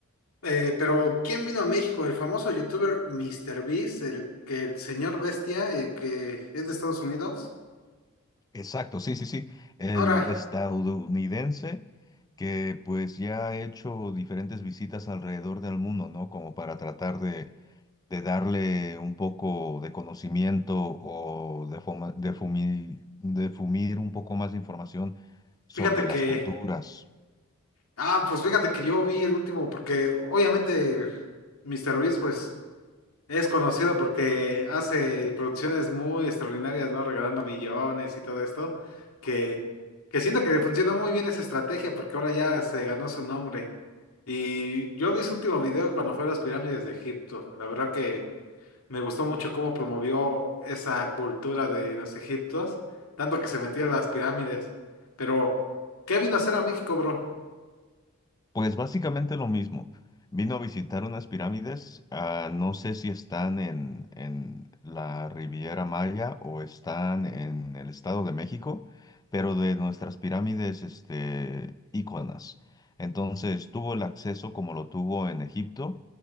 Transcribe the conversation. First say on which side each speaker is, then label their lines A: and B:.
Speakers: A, on the left; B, on the left.
A: Eh, pero ¿quién vino a México? El famoso youtuber Mister Beast, el que el señor bestia, eh, que es de Estados Unidos.
B: Exacto, sí, sí, sí. El
A: Ahora,
B: estadounidense que pues ya ha hecho diferentes visitas alrededor del mundo, ¿no? Como para tratar de de darle un poco de conocimiento o de, fuma- de fumi- de fumir un poco más de información sobre
A: fíjate que,
B: las culturas,
A: ah, pues fíjate que yo vi el último, porque obviamente Mister Beast, pues Es conocido porque hace producciones muy extraordinarias, ¿no? Regalando millones y todo esto, que, que siento que le funcionó muy bien esa estrategia porque ahora ya se ganó su nombre. Y yo vi su último video cuando fue a las pirámides de Egipto. La verdad que me gustó mucho cómo promovió esa cultura de los egiptos, tanto que se metió a las pirámides. Pero, ¿qué vino a hacer a México, bro?
B: Pues básicamente lo mismo. Vino a visitar unas pirámides, ah, no sé si están en, en la Riviera Maya o están en el Estado de México, pero de nuestras pirámides, este, íconas. Entonces tuvo el acceso como lo tuvo en Egipto.